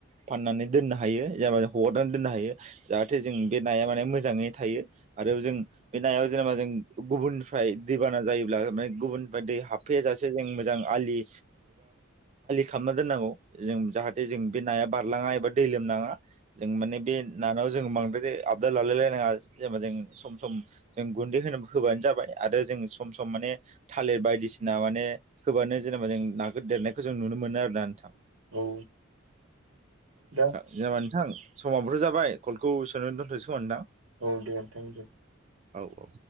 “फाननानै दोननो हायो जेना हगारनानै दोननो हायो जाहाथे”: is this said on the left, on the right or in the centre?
Right